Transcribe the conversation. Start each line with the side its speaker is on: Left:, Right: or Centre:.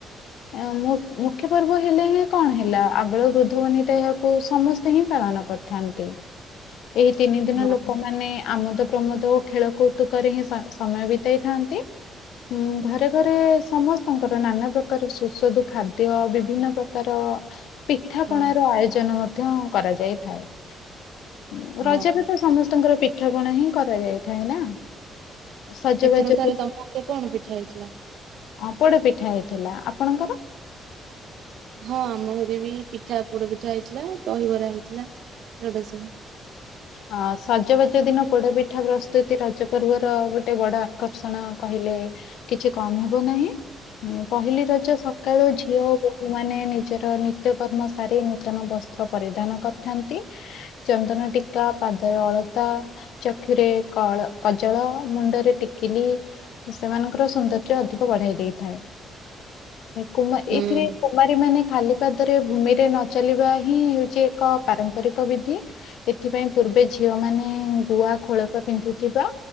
Left: <unintelligible> ମୁଖ୍ୟ ପର୍ବ ହେଲେ କଣ ହେଲା ଆବାଳ ବୃଦ୍ଧବନିତା ଏହାକୁ ସମସ୍ତେ ହିଁ ପାଳନ କରିଥାନ୍ତି ଏହି ତିନି ଦିନ
Right: ହଁ
Left: ଲୋକମାନେ ଆମୋଦ ପ୍ରମୋଦ ଖେଳ କୌତୁକ ହିଁ ସମୟ ବିତେଇଥାନ୍ତି ହୁଁ ଘରେ ଘରେ ସମସ୍ତଙ୍କର ନାନା ପ୍ରକାର ସୁସ୍ୱାଦୁ ଖାଦ୍ୟ ବିଭିନ୍ନ ପ୍ର ତର <unintelligible> ପିଠାପଣା
Right: ହଁ
Left: ର ଆୟୋଜନ ମଧ୍ୟ କରାଯାଇଥାଏ ରଜ
Right: ହଁ
Left: ସମସ୍ତଙ୍କର ପିଠାପଣା ହିଁ କରାଯାଇଥାଏ ନା। ସଜବାଜ
Right: ଏଥର ତାହେଲେ
Left: ବି
Right: ତମେ କଣ ପିଠା ହେଇଥିଲା?
Left: ହଁ ପୋଡ ପିଠା ହେଇଥିଲା ଆପଣଙ୍କର?
Right: ହଁ ଆମ ଘରେ ବି ପିଠା ପୋଡ ପିଠା ହେଇଥିଲା ଦହିବରା ହେଇଥିଲା ଯୋଉଟା ସବୁ।
Left: ଅ ସଜବାଜ ଦିନ ପୋଡପିଠା ପ୍ରସ୍ତୁତି ରଜ ପର୍ବର ଗୋଟେ ବଡ ଆକର୍ଷଣ କହିଲେ କିଛି କମ ହେବ ନାହିଁ ପହିଲି ରଜ ସକାଳୁ ଝିଅ ମାନେ ନିଜର ନିତ୍ୟକର୍ମ ସାରି ନୂତନ ବସ୍ତ୍ର ପରିଧାନ କରିଥାନ୍ତି। ଚନ୍ଦନ ଟିକ ା ପାଦରେ ଅଳତା ଚକ୍ଷୁରେ କଜଳ ମୁଣ୍ଡରେ ଟିକିଲି ସେମାନଙ୍କର ସୌନ୍ଦର୍ଯ୍ୟ ଅଧିକ ବଢାଇ ଦେଇଥାଏ କୁ ଏଇଥିରେ
Right: ହୁଁ
Left: କୁମାର ମାନେ ଖାଲି ପାଦରେ ଭୂମିରେ ନଚଲିବା ହିଁ ହେଉଛି ଏକ ପାରମ୍ପରିକ ବିଧି। ଏଥିପାଇଁ ପୂର୍ବେ ଝିଅ ମାନେ ଗୁଆ ଖୋଳପ ପିନ୍ଧୁଥିବା